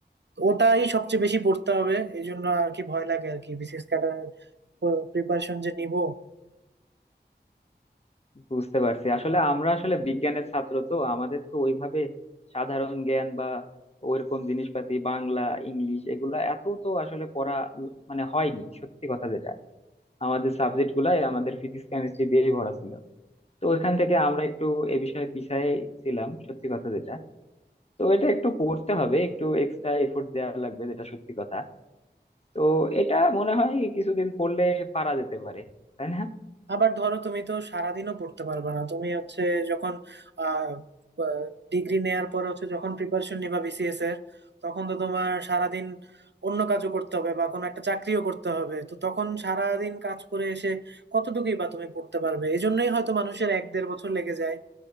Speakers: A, on the right; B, on the left.
A: ওটাই সবচেয়ে বেশি পড়তে হবে এই জন্য আর কি ভয় লাগে আর কি বিসিএস ক্যাডার প্রিপারেশন যে নিব
B: বুঝতে পারছি আসলে আমরা আসলে বিজ্ঞানের ছাত্র তো আমাদের তো ওইভাবে সাধারণ জ্ঞান বা ওইরকম জিনিসপাতি বাংলা ইংলিশ এগুলা এত তো আসলে পড়া উম, মানে হয়নি সত্যি কথা যেটা আমাদের সাবজেক্ট গুলাই আমাদের ফিজিক্স কেমিস্ট্রি দিয়েই ভরা ছিল তো ওইখান থেকে আমরা একটু এ বিষয়ে পিছায় ছিলাম সত্যি কথা যেটা তো এটা একটু পড়তে হবে একটু এক্সট্রা এফোর্ট দেওয়া লাগবে যেটা সত্যি কথা তো এটা মনে হয় কিছুদিন পড়লে পারা যেতে পারে তাই না
A: আবার ধরো তুমি তো সারাদিনও পড়তে পারবে না তুমি হচ্ছে যখন আহ ডিগ্রি নেয়ার পর হচ্ছে যখন প্রিপারেশন নিবা বিসিএস এর তখন তো তোমার সারাদিন অন্য কাজও করতে হবে বা কোনো একটা চাকরিও করতে হবে তো তখন সারাদিন কাজ করে এসে কতটুকুই বা তুমি পড়তে পারবে এই জন্যই হয়তো মানুষের এক দেড় বছর লেগে যায়